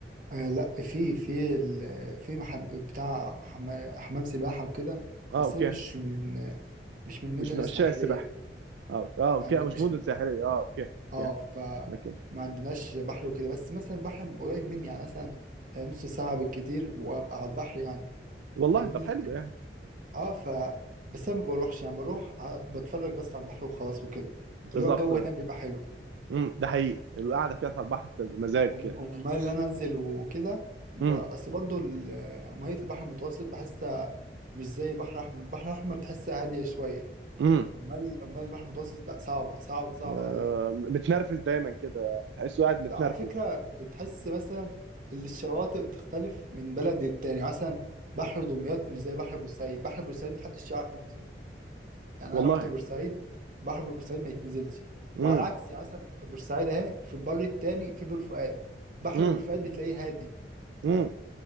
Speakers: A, on the right; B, on the right.
A: آه لا في في ال- في محم... بتاع حم... حمام سباحة وكده
B: اه
A: بس
B: اوكي
A: انا مش من مش من المدن
B: مش من
A: الساحلية
B: عشاق السباحه اه أوكي. اه اوكي
A: آه م-
B: آه، مش
A: مش
B: مدن ساحليه اه اوكي
A: اه
B: اوكي
A: فما
B: اوكي
A: عندناش بحر وكده بس مثلا بحر قريب مني يعني مثلا آه، نص ساعة بالكتير وابقى على البحر يعني
B: والله
A: فاهمني
B: طب حلو يعني
A: اه ف بس انا ما بروحش يعني بروح آه، بتفرج بس على البحر وخلاص وكده
B: بالظبط
A: اللي هو الجو هناك بيبقى حلو
B: امم ده حقيقي القعده كده على البحر بتبقى مزاج
A: أم-
B: كده
A: امال اللي انا انزل وكده ب-
B: امم
A: بس برضو ال- ميه البحر المتوسط بحسها مش زي البحر الاحمر البحر الاحمر تحسها هاديه شويه
B: امم
A: امال امال البحر المتوسط لا صعبه صعبه صعبه
B: آه،
A: قوي
B: متنرفز دايما كده تحسه قاعد متنرفز
A: وعلى فكره بتحس مثلا ان الشواطئ بتختلف من بلد للتاني مثلا بحر دمياط مش زي بحر بورسعيد بحر بورسعيد محدش يعرف ينزله يعني
B: والله
A: انا رحت بورسعيد بحر بورسعيد ما يتنزلش
B: امم
A: وعلى العكس يعني مثلا بورسعيد اهي في البر التاني في بور فؤاد بحر
B: امم
A: بور فؤاد بتلاقيه هادي
B: امم